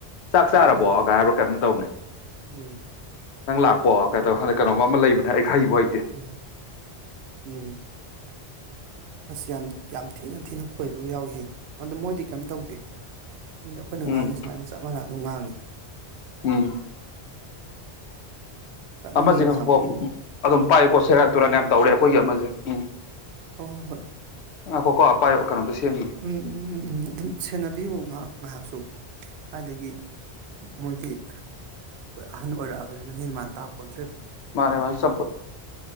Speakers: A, on the left; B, on the right.
A: ꯆꯥꯛ ꯆꯥꯔꯕꯣ
B: ꯑꯗꯨꯒ
A: ꯀꯥꯏ ꯍꯥꯏꯕ꯭ꯔꯣ ꯀꯩꯅꯣꯝ ꯇꯧꯕꯅꯤ
B: ꯎꯝ
A: ꯅꯪ ꯂꯥꯛꯄꯣ ꯀꯥꯏꯗꯧ ꯍꯟꯗ ꯀꯩꯅꯣꯝ ꯑꯃ ꯂꯩꯕꯅꯦ ꯑꯩ ꯍꯩꯕꯨ ꯍꯩꯇꯦ
B: ꯎꯝ ꯎꯝ ꯑꯁ ꯌꯥꯝ ꯌꯥꯝ ꯊꯤꯅ ꯊꯤꯅ ꯈꯣꯏꯕ ꯌꯥꯎꯏ ꯑꯗꯨꯗ ꯃꯣꯏꯗꯤ ꯀꯩꯝ ꯇꯧꯗꯦ ꯃꯣꯏ ꯑꯩꯈꯣꯏꯅ
A: ꯎꯝ
B: ꯉꯥꯡꯉꯦ ꯁꯃꯥꯏꯅ ꯆꯞꯥꯟꯅ ꯑꯗꯨꯝ ꯉꯥꯡꯉꯤ
A: ꯎꯝ
B: ꯆꯠꯅꯤꯡꯉꯤ
A: ꯑꯃꯖꯦ ꯉꯥꯏꯈꫭꯀꫭ
B: ꯉꯥꯏꯍꯥꯃꯨꯛꯀꯤ
A: ꯑꯗꯨꯝ
B: ꯎꯝ
A: ꯄꯥꯏꯌꯨꯀꯣ ꯁꯦꯔꯥꯟ ꯇꯨꯔꯥꯟ ꯌꯥꯝ ꯇꯧꯔꯦ ꯑꯩꯈꯣꯏꯒꯤ ꯑꯃꯁꯦ ꯎꯝ
B: ꯍꯣꯏ ꯍꯣꯏ ꯍꯣꯏ
A: ꯉꯥꯏꯈꯣꯀꯣ ꯄꯥꯏꯌꯣ ꯀꯩꯅꯣꯝꯇ ꯁꯦꯝꯈꯤꯒꯦ
B: ꯎꯝ ꯎꯝ ꯎꯝ ꯎꯝ ꯑꯗꯨꯝ ꯁꯦꯟꯅꯕꯤꯌꯨ ꯉꯥꯍꯥꯛ ꯉꯥꯍꯥꯛꯁꯨ ꯀꯥꯏꯗꯒꯤ ꯃꯣꯏꯗꯤ ꯑꯩꯈꯣꯏ ꯑꯍꯟ ꯑꯣꯏꯔꯛꯑꯕꯅꯤꯅ ꯃꯦꯟ ꯃꯥꯟ ꯇꯥꯄꫭꯟ
A: ꯃꯥꯅꯦ ꯃꯥꯅꯦ ꯆꯝꯐꯨꯠ